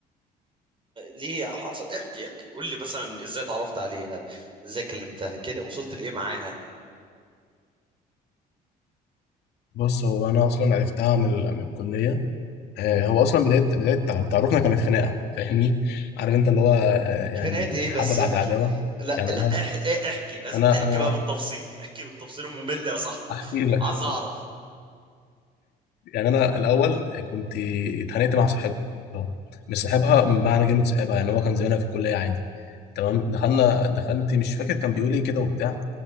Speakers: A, on the right; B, on the left.
A: ليه حصل احكي احكي قول لي مثلا ازاي اتعرفت عليها ازاي كلمتها كده وصلت لايه معاها
B: بص هو انا اصلا عرفتها من ال- من الكليه آه، هو اصلا بدايه بدايه تع- تعرفنا كانت خناقه فاهمني عارف انت اللي هو آه، يعني
A: خناقات ايه
B: محبه
A: بس
B: بعد
A: احكي
B: عداوه
A: لا
B: يعني
A: لا
B: انا
A: احكي, احكي. لازم
B: انا
A: تحكي
B: انا
A: بقى بالتفصيل احكي بالتفصيل الممل يا صاحبي
B: احكي لك
A: عايز اعرف
B: يعني انا الاول كنت اتخانقت مع صاحبها مش صاحبها بمعنى كلمه صاحبها يعني هو كان زميلها في الكليه عادي تمام دخلنا دخلت مش فاكر كان بيقول ايه كده وبتاع